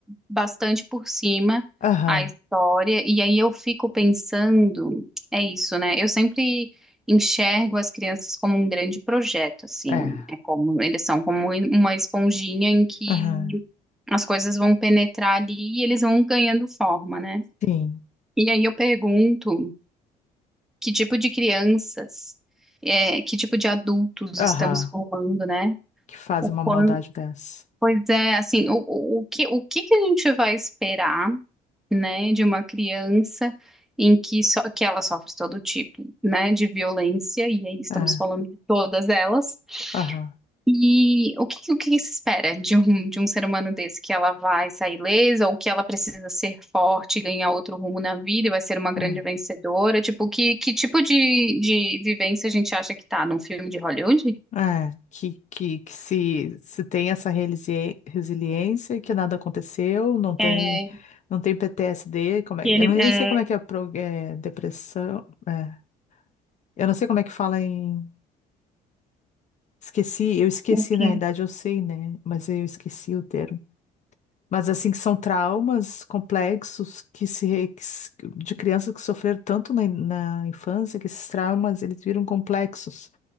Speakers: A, in the centre; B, on the left (about 45°).
A: bastante por cima
B: Aham,
A: a história, e aí eu fico pensando, é isso, né? Eu sempre enxergo as crianças como um grande projeto, assim,
B: é,
A: é como, eles são como um, uma esponjinha em que
B: aham,
A: as coisas vão penetrar ali e eles vão ganhando forma, né?
B: sim,
A: E aí eu pergunto, que tipo de crianças, é, que tipo de adultos
B: aham,
A: estamos formando, né?
B: que faz
A: o
B: uma
A: quanto
B: maldade dessa.
A: Pois é, assim, o, o, o que, o que que a gente vai esperar, né, de uma criança em que, só, que ela sofre todo tipo, né, de violência, e aí estamos
B: É,
A: falando de todas elas,
B: aham.
A: e o que, o que se espera de um, de um ser humano desse, que ela vai sair ilesa, ou que ela precisa ser forte, ganhar outro rumo na vida e vai ser uma grande
B: é.
A: vencedora, tipo, que, que tipo de, de vivência a gente acha que tá num filme de Hollywood?
B: É, que, que, que se, se tem essa resili- resiliência, que nada aconteceu, não tem,
A: É,
B: não tem PTSD, como é,
A: que ele,
B: eu nem
A: é,
B: sei como é que é, pro- é, depressão, é, eu não sei como é que fala em, esqueci, eu esqueci,
A: que,
B: na realidade eu sei, né, mas eu esqueci o termo. Mas assim, que são traumas complexos que se, re- que se- de crianças que sofreram tanto na, na infância, que esses traumas, eles viram complexos,